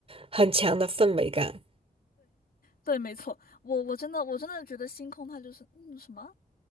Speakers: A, on the right; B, on the left.
A: 很强的氛围感。
B: 对，没错，我我真的我真的觉得星空它就是嗯什么